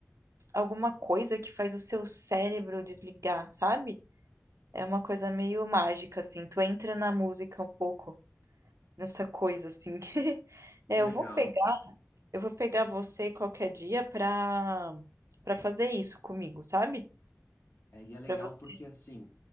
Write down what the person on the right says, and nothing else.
alguma coisa que faz o seu cérebro desligar, sabe? É uma coisa meio mágica, assim. Tu entra na música um pouco, nessa coisa, assim. <laughs> que- É,
eu vou pegar, eu vou pegar você qualquer dia pra, pra fazer isso comigo, sabe?
Pra você.